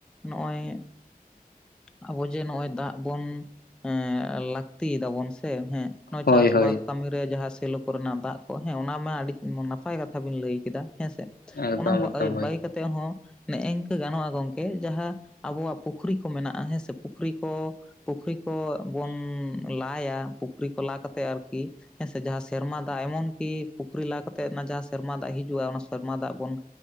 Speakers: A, in the centre; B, on the left (about 80°).
A: ᱱᱚᱜᱼᱚᱭ ᱟᱵᱚ ᱡᱮ ᱱᱚᱜᱼᱚᱭ ᱫᱟᱜ ᱵᱚᱱ ᱦᱮᱸ ᱞᱟᱹᱠᱛᱤ ᱮᱫᱟᱵᱚᱱ ᱥᱮ ᱦᱮᱸ
B: ᱦᱳᱭ
A: ᱪᱟᱥ
B: ᱦᱳᱭ
A: ᱵᱟᱫ ᱠᱟᱹᱢᱤ ᱨᱮ ᱡᱟᱦᱟᱸ ᱥᱮᱞᱚ ᱨᱮᱱᱟᱜ ᱫᱟᱜ ᱠᱚ ᱦᱮᱸ ᱚᱱᱟ ᱢᱟ ᱟᱹᱰᱤ ᱱᱟᱯᱟᱭ ᱠᱟᱛᱷᱟ ᱵᱮᱤᱱ ᱞᱟᱹᱭ ᱠᱮᱫᱟ ᱦᱮᱸᱥᱮ
B: ᱮᱠᱫᱚᱢ
A: ᱚᱱᱟ
B: ᱮᱠᱫᱚᱢ ᱦᱳᱭ
A: ᱵᱟᱹᱜᱤ ᱠᱟᱛᱮ ᱛᱮ ᱦᱚᱸ ᱱᱮᱜᱝᱠᱟᱹ ᱜᱟᱱᱚᱜᱼᱟ ᱜᱚᱢᱠᱮ ᱡᱟᱦᱟᱸ ᱟᱵᱚᱣᱟᱜ ᱯᱩᱠᱷᱨᱤ ᱠᱚ ᱢᱮᱱᱟᱜᱼᱟ ᱦᱮᱸ ᱥᱮ ᱯᱩᱠᱷᱨᱤ ᱠᱚ ᱯᱩᱠᱷᱨᱤ ᱠᱚ ᱵᱚᱱ ᱞᱟᱭᱟ ᱯᱩᱠᱷᱨᱤ ᱠᱚ ᱞᱟ ᱠᱟᱛᱮ ᱟᱨᱠᱤ ᱦᱮᱸ ᱥᱮ ᱡᱟᱦᱟᱸ ᱥᱮᱨᱢᱟ ᱫᱟᱜ ᱮᱢᱚᱱ ᱠᱤ ᱯᱩᱠᱷᱨᱤ ᱞᱟ ᱠᱟᱛᱮᱫ ᱚᱱᱟ ᱡᱟᱦᱟᱸ ᱥᱮᱨᱢᱟ ᱫᱟᱜ ᱦᱤᱡᱩᱜᱼᱟ ᱚᱱᱟ ᱥᱮᱨᱢᱟ ᱫᱟᱜ ᱵᱚᱱ